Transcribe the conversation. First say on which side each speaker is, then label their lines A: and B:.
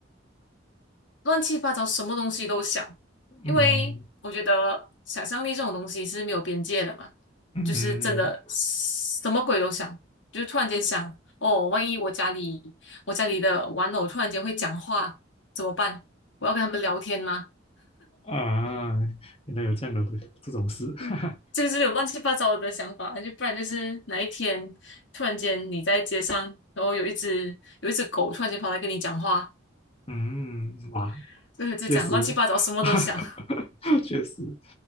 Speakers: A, on the left (about 75°); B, on the left (about 30°).
A: 乱七八糟，什么东西都想。因为我觉得想象力这种东西是没有边界的嘛，
B: 嗯嗯
A: 就是真的什么鬼都想，就是突然间想，哦，万一我家里我家里的玩偶突然间会讲话怎么办？我要跟他们聊天吗？
B: 啊，原来有这样的这种事，<laughs> 哈哈，
A: 嗯，这就是有乱七八糟的想法，就不然就是哪一天突然间你在街上，然后有一只有一只狗突然间跑来跟你讲话，
B: 嗯，哇，
A: <laughs> 就是就讲乱七八糟，
B: 确实，
A: 什么都想。
B: <laughs> 确实，